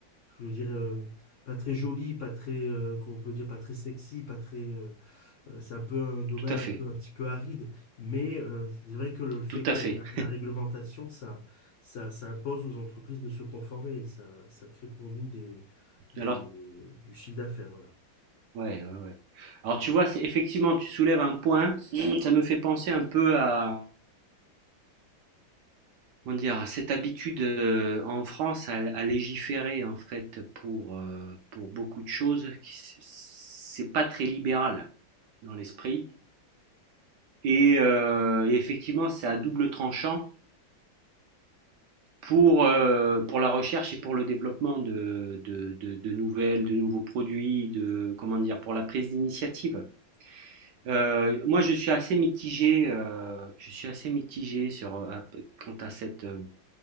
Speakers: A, on the left; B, on the right.
A: je veux dire, euh, pas très joli, pas très, euh, comment on peut dire, pas très sexy, pas très, euh, euh, c'est un peu un domaine
B: Tout à fait,
A: un peu, un petit peu aride, mais euh, c'est vrai que le fait
B: tout
A: qu'il
B: à fait.
A: y a de la, la réglementation, ça, ça, ça impose aux entreprises de se conformer. Ça, ça crée pour nous des, des,
B: Alors,
A: du chiffre d'affaires. Voilà.
B: ouais, ouais, ouais. Alors tu vois, c'est effectivement, tu soulèves un point, <sniffs> ça me fait penser un peu à, comment dire, à cette habitude euh, en France à, à légiférer en fait pour, euh, pour beaucoup de choses, qui- s- c'est pas très libéral dans l'esprit. Et, euh, et effectivement, c'est à double tranchant pour, euh, pour la recherche et pour le développement de, de, de, de nouvelles, de nouveaux produits, de, comment dire, pour la prise d'initiative. Euh, moi, je suis assez mitigé. euh, je suis assez mitigé sur euh, quant à cette, euh,